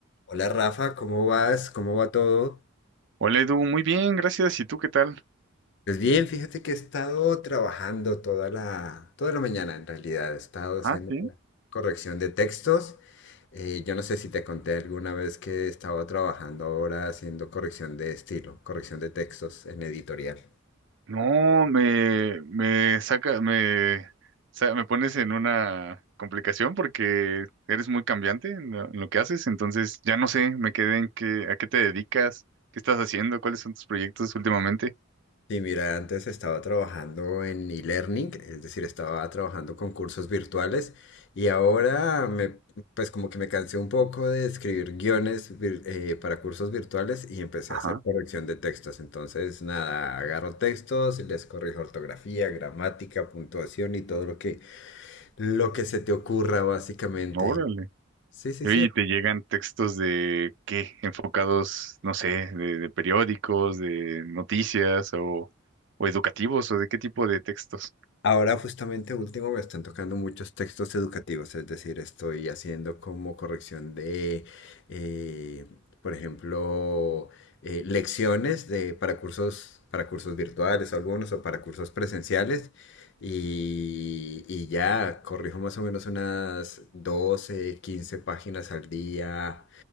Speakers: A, on the left; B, on the right.
A: Hola Rafa, ¿cómo vas? ¿Cómo va todo?
B: Hola Edu, muy bien, gracias. ¿Y tú qué tal?
A: Pues bien, fíjate que he estado trabajando toda la, toda la mañana en realidad, he estado haciendo
B: Ah, sí.
A: una corrección de textos. Eh, yo no sé si te conté alguna vez que estaba trabajando ahora haciendo corrección de estilo, corrección de textos en editorial.
B: No, me, me saca, me, sa- me pones en una complicación porque eres muy cambiante en lo, en lo que haces, entonces ya no sé, me quedé en qué, a qué te dedicas, qué estás haciendo, cuáles son tus proyectos últimamente.
A: Sí, mira, antes estaba trabajando en e-learning, es decir, estaba trabajando con cursos virtuales y ahora me, pues como que me cansé un poco de escribir guiones vir- eh, para cursos virtuales y empecé
B: Ajá,
A: a hacer corrección de textos. Entonces, nada, agarro textos y les corrijo ortografía, gramática, puntuación y todo lo que, lo que se te ocurra básicamente.
B: órale.
A: Sí, sí,
B: Y
A: sí.
B: oye, te llegan textos de qué, enfocados, no sé, de, de periódicos, de noticias o, o educativos o de qué tipo de textos.
A: Ahora justamente último me están tocando muchos textos educativos, es decir, estoy haciendo como corrección de, eh, por ejemplo, eh, lecciones de, para cursos, para cursos virtuales algunos o para cursos presenciales y, y ya corrijo más o menos unas 12 15 páginas al día